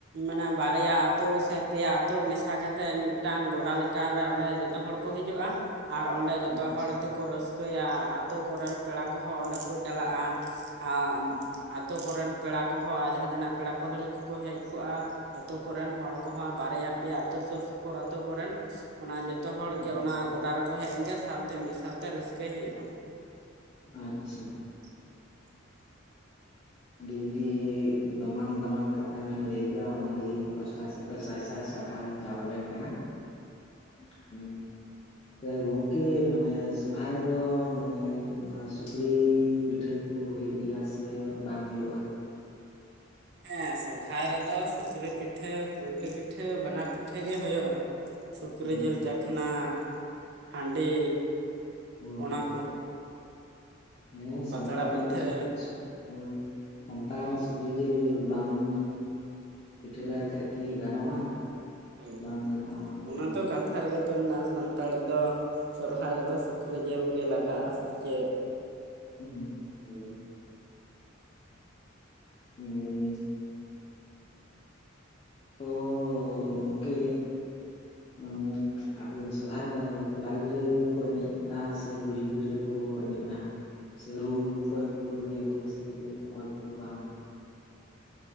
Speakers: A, on the right; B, on the left.
A: ᱢᱟᱱᱮ ᱵᱟᱨᱭᱟ ᱟᱛᱳ ᱥᱮ ᱯᱮᱭᱟ ᱟᱛᱳ ᱢᱮᱥᱟ ᱠᱟᱛᱮᱜ ᱢᱤᱫᱴᱟᱝ ᱜᱚᱰᱟ ᱞᱮᱠᱟᱱ ᱨᱮ ᱚᱸᱰᱮ ᱼᱼ ᱡᱚᱛᱚ ᱦᱚᱲ ᱠᱚ ᱦᱤᱡᱩᱜᱼᱟ, ᱟᱨ ᱚᱸᱰᱮ ᱡᱚᱛᱚ
B: ᱟᱪᱪᱷᱟ
A: ᱦᱚᱲ ᱛᱮᱠᱚ ᱨᱟᱹᱥᱠᱟᱹᱭᱟ। ᱟᱛᱳ ᱠᱚᱨᱮᱱ ᱯᱮᱲᱟ ᱠᱚᱦᱚᱸ ᱚᱸᱰᱮ ᱠᱚ ᱪᱟᱞᱟᱜᱼᱟ। ᱟᱸᱻ ᱟᱛᱳ ᱠᱚᱨᱮᱱ ᱯᱮᱲᱟ ᱠᱚᱦᱚᱸ, ᱟᱨ ᱡᱟᱦᱟᱸ ᱛᱤᱱᱟᱜ ᱯᱮᱲᱟ ᱯᱟᱹᱲᱦᱟᱹ ᱠᱚᱠᱚ ᱦᱮᱡ ᱠᱚᱜᱼᱟ ᱼᱼ ᱟᱹᱛᱳ ᱠᱚᱨᱮᱱ ᱦᱚᱲ ᱠᱚᱦᱚᱸ, ᱵᱟᱨᱭᱟ ᱯᱮᱭᱟ ᱟᱹᱛᱩ ᱥᱩᱨ ᱥᱩᱯᱩᱨ ᱟᱹᱛᱳ ᱠᱚᱨᱮᱱ ᱚᱱᱟ ᱡᱚᱛᱚ ᱦᱚᱲᱜᱮ
B: ᱟᱪᱪᱷᱟ
A: ᱚᱱᱟ ᱜᱚᱰᱟ ᱨᱮᱠᱚ ᱦᱮᱡ ᱮᱱᱜᱮ ᱥᱟᱶᱛᱮ ᱢᱤᱫ ᱥᱟᱶᱛᱮ ᱨᱟᱹᱥᱠᱟᱹᱭ ᱦᱩᱭᱩᱜᱼᱟ।
B: ᱟᱪᱪᱷᱟ᱾
A: <inaudible>
B: ᱟᱹᱰᱤ-ᱟᱹᱰᱤ ᱫᱟᱢᱟᱱ-ᱫᱟᱢᱟᱱ ᱠᱟᱛᱷᱟ ᱵᱮᱱ ᱞᱟᱹᱭ ᱠᱮᱜᱼᱟ, ᱚᱱᱟ ᱞᱟᱹᱜᱤᱫ ᱤᱧ ᱯᱟᱥᱴᱟ ᱥᱮᱫ ᱼᱼ ᱥᱟᱭ ᱥᱟᱭ ᱥᱟᱨᱦᱟᱣ ᱤᱧ ᱪᱟᱞ ᱟᱵᱮᱱ ᱠᱟᱱᱟ। <unintelligible> ᱥᱮ ᱜᱚᱝᱠᱮ ᱢᱟᱱᱮ ᱥᱚᱨᱦᱟᱭ ᱨᱮᱫᱚ ᱢᱟᱱᱮ ᱱᱚᱝᱠᱟ ᱥᱩᱠᱨᱤᱻ ᱯᱤᱴᱷᱟᱹ ᱠᱚ ᱦᱩᱭᱩᱜ ᱜᱮᱭᱟ ᱥᱮ ᱵᱟᱝ ᱦᱩᱭᱩᱜᱼᱟ?
A: ᱦᱮᱸ ᱥᱚᱨᱦᱟᱭ ᱨᱮᱫᱚ ᱥᱩᱠᱨᱤ ᱯᱤᱴ ᱴᱷᱟᱹ <unintelligible> ᱯᱩᱞᱴᱤ ᱯᱤᱴᱷᱟᱹ ᱵᱟᱱᱟᱨ ᱯᱤᱴᱷᱟᱹ ᱜᱮ ᱦᱩᱭᱩᱜᱼᱟ। ᱥᱩᱠᱨᱤ
B: ᱦᱩᱸ
A: ᱡᱤᱞ ᱪᱟ <unintelligible> ᱠᱷᱟᱱᱟ ᱦᱟᱺᱰᱤ।
B: ᱦᱳᱭ᱾
A: ᱚᱱᱟ ᱠᱚ
B: ᱦᱮᱸ
A: ᱯᱟᱛᱲᱟ
B: ᱥᱛᱟᱲ
A: ᱯᱤᱴᱷᱟᱹ
B: ᱫᱚ <unintelligible> ᱥᱟᱱᱛᱟᱲ ᱥᱩᱠᱨᱤ ᱡᱤᱞ ᱵᱟᱢ ᱼᱼ ᱯᱤᱴᱷᱟᱹ ᱞᱟᱭ ᱠᱷᱟᱡ ᱠᱤ ᱜᱟᱱᱚᱜᱼᱟ?
A: ᱦᱮᱸ,
B: ᱵᱟᱝ ᱜᱟᱱᱚᱜᱼᱟ
A: ᱚᱱᱟ
B: ᱦᱩᱸ
A: ᱫᱚ ᱠᱟᱛ ᱠᱟᱛᱷᱟ ᱨᱮᱜᱮ ᱛᱚ ᱢᱮᱱᱟᱜᱼᱟ ᱥᱟᱱᱛᱟᱲ ᱫᱚ ᱥᱚᱨᱦᱟᱭ ᱨᱮᱫᱚ ᱥᱩᱠᱨᱤ ᱡᱤᱞ ᱜᱮ ᱞᱟᱜᱟᱜᱼᱟ ᱥᱮ ᱪᱮᱫ।
B: ᱩ ᱦᱩᱸ᱾ ᱦᱳᱭ ᱦᱩᱸ ᱛᱚ ᱜᱚᱝᱠᱮ ᱢᱟᱱ ᱟᱯᱮ ᱫᱚ ᱥᱚᱨᱦᱟᱭ ᱫᱚ ᱠᱚᱲᱟ ᱜᱤᱫᱽᱨᱟᱹ ᱠᱚ ᱮᱱᱮᱡᱼᱟ, ᱥᱮ ᱠᱩᱲᱤ ᱜᱤᱫᱽᱨᱟᱹ ᱠᱚ ᱮᱱᱮᱡᱼᱟ? ᱥᱮ ᱨᱩ ᱚᱠᱚᱭ ᱠᱚᱠᱚ ᱨᱩᱭᱟᱠᱚ ᱥᱮᱠᱚ ᱚᱠᱚᱭ ᱠᱚ ᱵᱟᱝ